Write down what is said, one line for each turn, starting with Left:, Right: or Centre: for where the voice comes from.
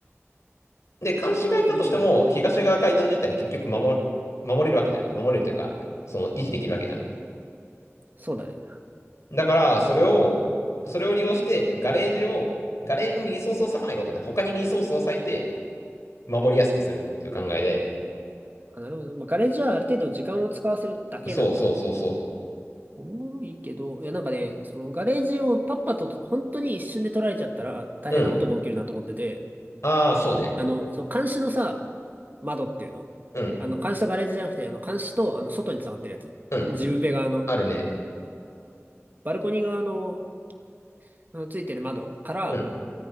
Left: う。で、監視がいたとしても、
Right: そんなことできんのかな
Left: 東側階段自体は結局守、守れるわけじゃん。守れるというか、その維持できるわけじゃん。
Right: そうだね。
Left: だから、それを、それを利用して、ガレージを、ガレージにリソースを割かないことで、他にリソースを割いて、守りやすくするっていう考えで。
Right: あ、なるほど。まあ、ガレージはある程度時間を使わせるだけなんだ。
Left: そうそうそうそ
Right: おもろいけど、いやなんかね、そのガレージをパッパとと、本当に一瞬で取られちゃったら大変なことが起きるなと思ってて、
Left: う。うん。ああ、そうね。
Right: あの、そう、監視のさ、窓っていうのあの、
Left: うん。
Right: 監視とガレージじゃなくて、あの、監視と、あの、外に繋がってるやつ。
Left: うん。
Right: 自分部側の、
Left: あるね。
Right: バルコニー側の、あの、ついてる窓から、
Left: うん。